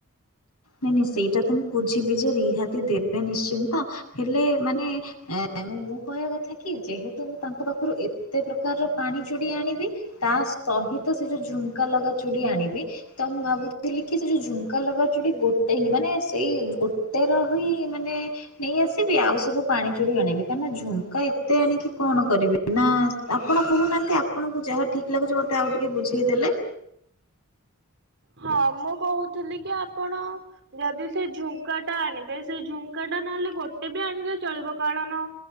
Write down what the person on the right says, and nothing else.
ହଁ ମୁଁ କୋହୁଥିଲି କି ଆପଣ ଯଦି ସେ ଝୁମ୍କା ଟା ଆଣିବେ ସେ ଝୁମ୍କା ଟା ନହେଲେ ଗୋଟେ ବି ଆଣିଲେ ଚଳିବ, କାଳନ